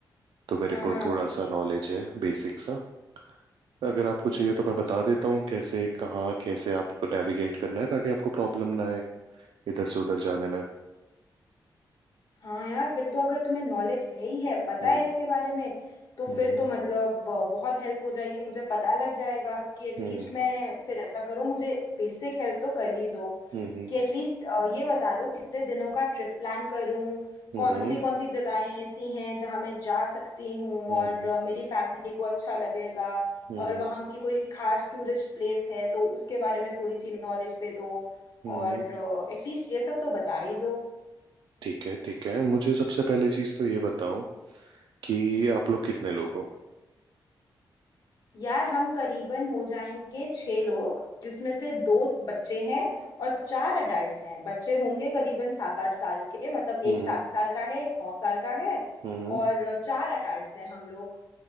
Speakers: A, on the right; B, on the left.
A: तो मेरे
B: हाँ
A: को
B: हाँ
A: थोड़ा सा नॉलेज है बेसिक सा अगर आपको चाहिए तो मैं बता
B: अच्छा
A: देता हूँ कैसे कहाँ कैसे आपको नेविगेट करना है ताकि आपको प्रॉब्लम ना आए इधर से उधर जाने में
B: हाँ यार फिर तो अगर तुम्हें नॉलेज है ही है पता
A: हम्म
B: है इसके बारे में तो फिर
A: हम्म
B: तो मतलब ब- बहुत हेल्प हो जाएगी मुझे पता लग जाएगा कि एटलीस्ट
A: हम्म
B: मैं फिर ऐसा करो मुझे बेसिक हेल्प तो कर ही दो
A: हम्म
B: कि एटलीस्ट ये बता दो कितने दिनों का ट्रिप प्लान करूं
A: हम्म
B: कौन सी कौन सी जगहें ऐसी हैं जहां मैं जा सकती हूँ
A: हम्म
B: और अ, मेरी फैमिली को अच्छा लगेगा
A: हम्म
B: और वहाँ की कोई खास टूरिस्ट प्लेस है तो उसके बारे में थोड़ी सी नॉलेज दे दो
A: हम्म
B: और एटलीस्ट ये सब तो बता ही दो
A: ठीक है ठीक है मुझे सबसे पहली चीज तो ये बताओ कि आप लोग कितने लोग हो
B: यार हम करीबन हो जाएंगे छह लोग जिसमें से दो बच्चे हैं और चार अडल्ट हैं बच्चे होंगे करीबन सात आठ साल के मतलब
A: हम्म
B: एक सात साल का है एक नौ साल का है
A: हम्म
B: और चार अडल्ट हैं हम लोग